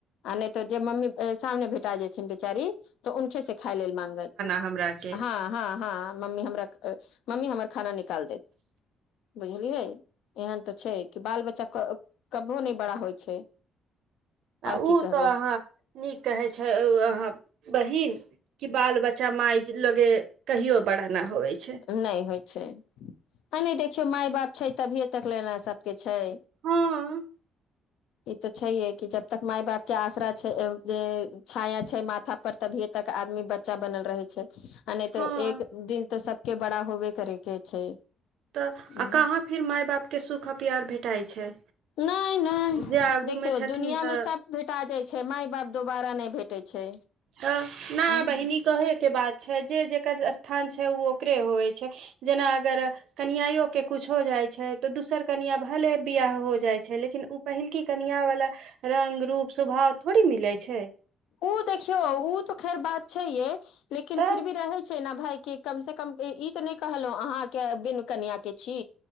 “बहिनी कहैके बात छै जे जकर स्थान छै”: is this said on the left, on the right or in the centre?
Right